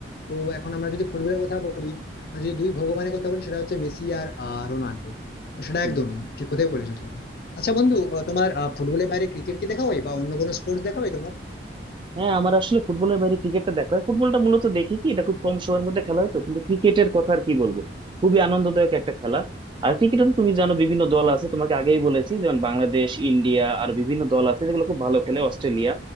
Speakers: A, on the left; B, on the right.
A: তো এখন আমরা যদি ফুটবলের কথা বলি আর যদি দুই ভগবানের কথা বলি সেটা হচ্ছে মেসি আর আহ, রোনাল্ডো তো সেটা
B: হুম।
A: একদমই ঠিক কথাই বলেছো তুমি আচ্ছা বন্ধু আহ, তোমার আহ, ফুটবলের বাইরে ক্রিকেট কি দেখা হয় বা অন্য কোনো স্পোর্টস দেখা হয় তোমার
B: হ্যাঁ আমার আসলে ফুটবলের বাইরে ক্রিকেটটা দেখা হয় ফুটবলটা মূলত দেখি কি এটা খুব কম সময়ের মধ্যে খেলা হয় তো কিন্তু ক্রিকেটের কথা আর কি বলবো খুবই আনন্দদায়ক একটা খেলা আর ক্রিকেটে তো তুমি জানো বিভিন্ন দল আছে তোমাকে আগেই বলেছি যেমন বাংলাদেশ ইন্ডিয়া আর বিভিন্ন দল আছে যেগুলো খুব ভালো খেলে অস্ট্রেলিয়া